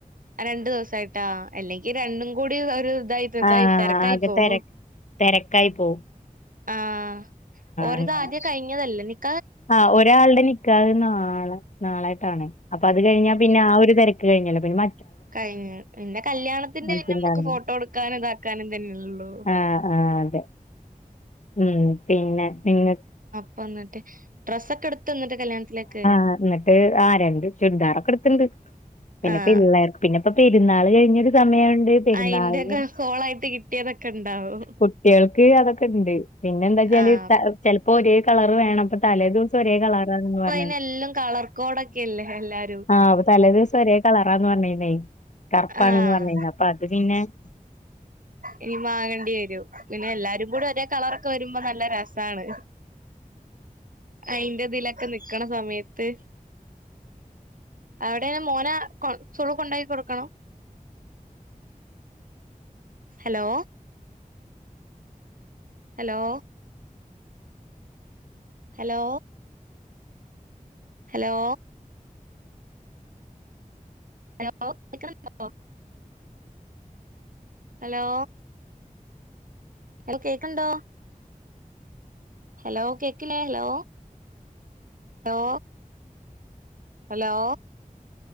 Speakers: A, on the right; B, on the left.
A: ആ രണ്ടു ദിവസായിട്ടാ. അല്ലെങ്കി രണ്ടും കൂടി ഒരു ഇതായിട്ട് ഇതായി
B: ആഹ്
A: തെരക്കായി
B: ആകെ
A: പോവും.
B: തെര തെരക്കായി പോഉം.
A: ആഹ് ഓര്താദ്യേ
B: അങ്ങനെ
A: കഴിഞ്ഞതല്ലേ നിക്ക്
B: ആഹ് ഒരാളുടെ നിക്കാഹ് നാളെ, നാളായിട്ടാണ് അപ്പൊ അത് കഴിഞ്ഞാ പിന്നെ ആ ഒരു തെര ക്ക് കഴിഞ്ഞല്ലോ പിണ്ണ
A: കഴിഞ്ഞ് പിന്നെ കല്ല്യാണത്തിന്റെ
B: ഓണത്തിന്റന്ന്
A: പിന്നമുക്ക് ഫോട്ടോ എടുക്കാനും ഇതാക്കാനും തന്നെലൊള്ളൂ.
B: ആഹ് ആഹ് അതെ ഉം പിന്നെ പിന്നെ
A: പ്പ വന്നിട്ട് ഡ്രസ്സൊക്കെ എടുത്തോ ന്നിട്ട് കല്യാൺത്തിലേക്ക്
B: ആഹ് ന്നിട്ട് ആ രണ്ട് ചുരിദാറൊക്കെടുത്തുണ്ട്. പിന്ന
A: ആഹ്
B: പിള്ളേർ പിന്നപ്പപെ പെരുന്നാള് കഴിഞ്ഞൊരു സമയോണ്ട് പെരുന്നാൾന്
A: അയിന്റെക്കെ കോളായിട്ട് കിട്ടിയതൊക്കെ ഉണ്ടാവും
B: കുട്ടിൾക്ക് അതൊക്കണ്ട്. പിന്നെ ന്താ ച്ചാല്
A: ആഹ്
B: ചെ
A: അപ്പൊ
B: ചെൽപ്പോ ഒരേ കളർ വേണപ്പ തലേ ദിവസം ഒരേ കളറാണന്ന്പറഞ്.
A: ഇപ്പെല്ലം കളർക്കോടൊക്കെല്ലേ എല്ലാരും
B: ആഹ് അപ്പ തലേ ദിവസം ഒരേ കളറാന്ന് പറഞ്ഞന്നേ കറപ്പാണ്ന്ന്
A: ആഹ്
B: പറഞ്ഞന്നെ അപ്പ അത് പിന്നെ <inaudible>
A: ഇനി മാങ്ങേണ്ടി വരൂ. പിന്നെ എല്ലാരും കൂടി ഒരേ കളറൊക്കെ വരുമ്പോ നല്ല രസാണ്.
B: <inaudible>
A: അയിന്റെതിലൊക്കെ നിക്കണ സമയത്ത് അവിടെനഞാ മോനെ കൊ സുകൂള് ക്കൊണ്ടാക്കി കൊടുകണം hello hello, hello? Hello? Hello? കേക്കുന്നുണ്ടോ ഹലോ? ഹലോ കേക്ക്‌ണ്ടോ ഹലോ കേക്ക്‌ലേലോ hello hello?